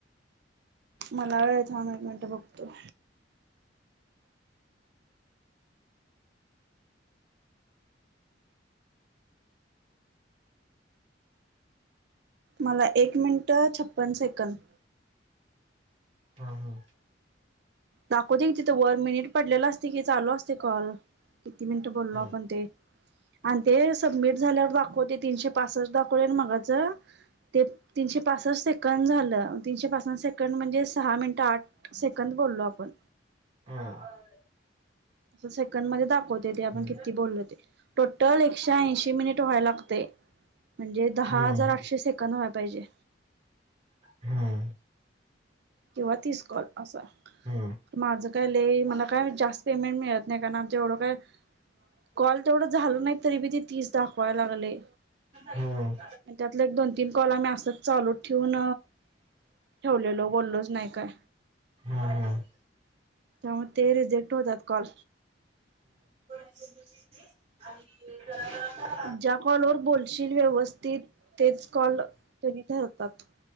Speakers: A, on the right; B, on the right.
A: मला होय, थांब एक मिनिट बघतो. मला एक मिनिटं छप्पन सेकंद
B: हा ह,
A: दाखवते की, तिथं वन मिनिट पडलेलं असते की, चालू असते कॉल. किती मिनटं बोलो
B: हम्म
A: आपण ते. आणं ते सबमिट झाल्यावर दाखवते. तीनशे पासष्ट दाखवले न मगाचं ते तीनशे पासष्ट सेकंड झालं. तीनशे पासन सेकंड म्हणजे सहा मिनि ताठ सेकंद बोललो आपण.
B: ह,
A: ते सेकंड मध्ये दाखवते. ते
B: हम्म
A: आपण किती बोललो ते. टोंटंल एकशे ऐंशी मिनिट व्हाय लागते. म्हणजे दहा
B: हम्म
A: हजार आठशे सेकन व्हाया पाहिजे.
B: हम्म,
A: किंवा तीस कॉल असा.
B: हम्म
A: माझं काय लई मला काय जास्त पेमेंट मिळत नाही. कारण आमच्या एवढं काय कॉल तेवढं झालं नाही. तरी बी ते तीस दाखवायला लागले.
B: हम्म
A: आणि त्यातले दोन तीन कॉल आम्ही असेच चालू ठेवून ठेवलेलो बोललोच नाही काय?
B: हम...,
A: त्यामु ते रिजेक्ट होतात कॉल.
B: <unintelligible> आणि जरा जरा सा
A: ज्या कॉल वर बोलशील व्यवस्थित तेच कॉल त्यानी ठेवतात.